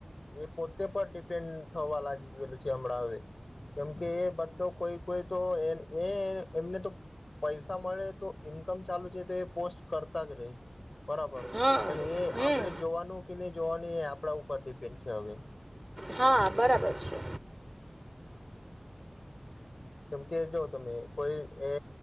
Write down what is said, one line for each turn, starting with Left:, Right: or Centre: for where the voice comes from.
Left: એ પોતે પર ડિપેન્ડ થવા લાગી ગયેલું છે હમણાં હવે કેમકે એ બધો કોઈ કોઈ તો એ એ એમને તો પૈસા મળે તો ઈન્કમ ચાલુ છે તો એ પોસ્ટ કરતા જ રહી બરાબર
Right: હા
Left: પણ એ
Right: હમ
Left: આપડે જોવાનું કેને જોવાની એ આપણા ઉપર ડિપેન્ડ છે હવે
Right: હા બરાબર છે.
Left: કેમ કે જો તમે કોઈ એ